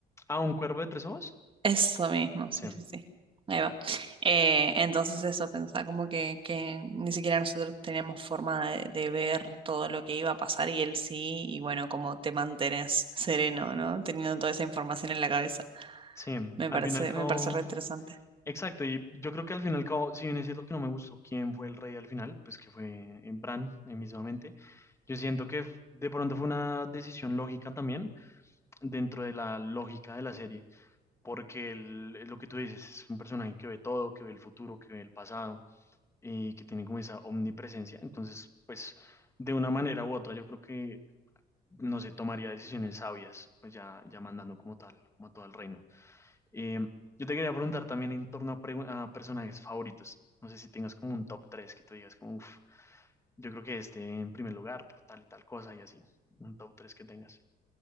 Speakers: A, on the left; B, on the right.
A: Ah, un cuervo de tres ojos.
B: Eso mismo, sí,
A: Sí,
B: sí, sí. Ahí va. Eh, entonces eso, pensaba como que, que ni siquiera nosotros teníamos forma de, de ver todo lo que iba a pasar y él sí, y bueno, como te mantenés sereno, ¿no? Teniendo toda esa información en la cabeza.
A: sí,
B: Me
A: al
B: parece,
A: fin y al cabo.
B: me parece re interesante.
A: Exacto, y yo creo que al fin y al cabo, si bien es cierto que no me gustó quién fue el rey al final, pues que fue eh, Bran, eh, mismamente, yo siento que de pronto fue una decisión lógica también, dentro de la lógica de la serie, porque el- lo que tú dices es un personaje que ve todo, que ve el futuro, que ve el pasado y que tiene como esa omnipresencia. Entonces, pues de una manera u otra, yo creo que no se tomaría decisiones sabias, pues ya, ya mandando como tal, como a todo el reino. Eh, yo te quería preguntar también en torno a, pregu- a personajes favoritos. No sé si tengas como un top 3 que tú digas como, uff, yo creo que este en primer lugar por tal y tal cosa y así. Un top 3 que tengas.